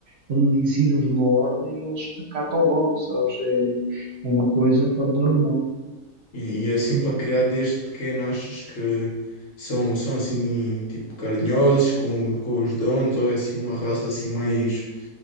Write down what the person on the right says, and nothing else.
quando lhe ensinam uma ordem, eles acatam logo, sabes? É, é uma coisa fora do normal.